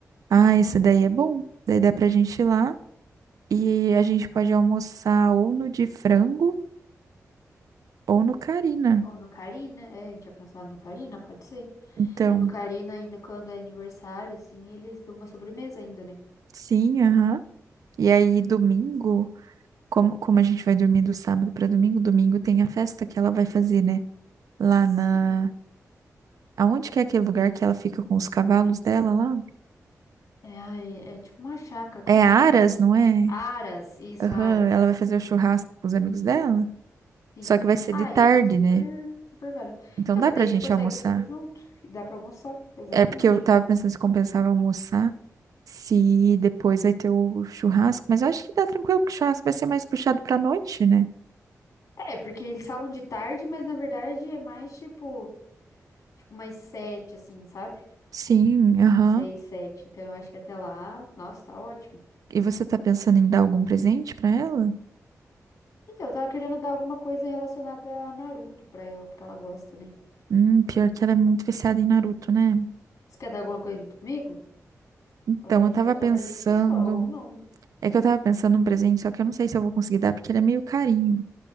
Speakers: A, on the right; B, on the left.
A: Ah,
B: Uhum.
A: esse daí é bom. Daí dá pra gente ir lá e a gente pode almoçar ou no de frango ou no Carina.
B: Ou no Carina, é, eu tinha pensado no Carina, pode ser.
A: Então,
B: E no Carina, ainda quando é aniversário, assim, eles dão uma sobremesa ainda, né?
A: sim, aham. E aí, domingo, como, como a gente vai dormir do sábado pra domingo, domingo tem a festa que ela vai fazer, né? Lá
B: Sim.
A: na. Aonde que é aquele lugar que ela fica com os cavalos dela lá?
B: É, ai, é tipo uma chácara, como
A: É
B: é que
A: Aras,
B: é o nome?
A: não é?
B: Aras, isso,
A: Aham,
B: Aras.
A: ela vai fazer o churrasco com os amigos dela.
B: Sim.
A: Só que vai ser
B: Ah,
A: de tarde,
B: eu acho super,
A: né?
B: super válido.
A: Então
B: Então,
A: dá
B: mas
A: pra
B: daí a
A: gente
B: gente consegue
A: almoçar.
B: tudo junto e dá pra almoçar, exatamente.
A: É porque eu tava pensando se compensava almoçar. se depois vai ter o churrasco, mas eu acho que dá tranquilo, porque o churrasco vai ser mais puxado pra noite, né?
B: É, porque eles falam de tarde, mas na verdade é mais tipo, tipo mais sete, assim, sabe?
A: Sim, aham.
B: Seis, sete. Então eu acho que até lá, nossa, tá ótimo.
A: E você tá pensando em dar algum presente pra ela?
B: Então, eu tava querendo dar alguma coisa relacionada a Naruto pra ela, porque ela gosta, né?
A: Hum, pior que ela é muito viciada em Naruto, né?
B: Você quer dar alguma coisa junto comigo?
A: Então,
B: Alguma a
A: eu
B: gente
A: tava
B: pode
A: pensando.
B: dar um presente só ou não.
A: É que eu tava pensando num presente, só que eu não sei se eu vou conseguir dar, porque ele é meio carinho.